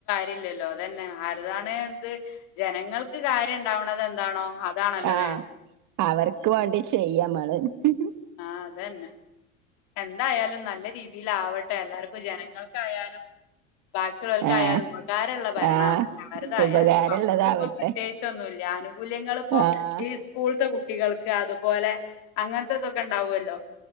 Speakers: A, on the left; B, on the right.
A: ദില്ലല്ലോ അതന്നെ ആരതാണ് ഇത് ജനങ്ങൾക്ക് കാര്യം ണ്ടാവണത് എന്താണോ അതാണല്ലോ
B: ആ
A: വേണ്ടത്.
B: അവർക്ക് വേണ്ടി ചെയ്യമ്മള്ള് ഉ
A: ആഹ അതന്നെ എന്തായാലും നല്ല രീതിൽ ആവട്ടെ എല്ലാർക്കും ജനങ്ങൾക്കായാലും ബാക്കിയുള്ളോർക്കായാലും
B: ആഹ്
A: ഉപകാരള്ള ഭരണം
B: ആഹ്
A: ആവട്ടെ ആരതായാലും
B: ഉപകാരള്ളതാവട്ടെ
A: ഞമ്മക്ക് പ്പോ പ്രത്യേകിച്ചൊന്നുല്ല ആനുകൂല്യങ്ങള് പ്പോ
B: ആഹ്
A: ഈ സ്കൂളത്തെ കു കുട്ടികൾക്ക് അതുപോലെ അങ്ങനത്തെ തൊക്കെ ഉണ്ടാവുമല്ലോ